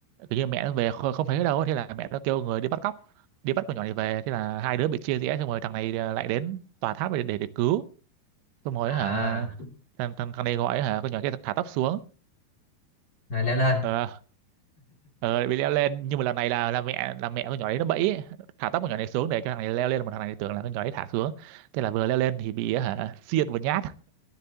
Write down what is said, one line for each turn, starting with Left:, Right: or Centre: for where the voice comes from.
Right: kiểu như mẹ nó về kh- không thấy ở đâu thế là mẹ nó kêu người đi bắt cóc đi bắt con nhỏ này về thế là hai đứa bị chia rẽ xong rồi thằng này ờ, lại đến tòa tháp để để, để cứu xong rồi
Left: à
Right: hả thằng thằng thằng này gọi hả con nhỏ kia thả tóc xuống
Left: rồi leo lên
Right: ờ ờ bị leo lên nhưng mà lần này là là mẹ là mẹ con nhỏ đấy nó bẫy ấy. thả tóc con nhỏ này xuống để cho thằng này leo lên mà thằng này tưởng là con nhỏ đấy thả xuống thế là vừa leo lên thì bị hả xiên vào nhát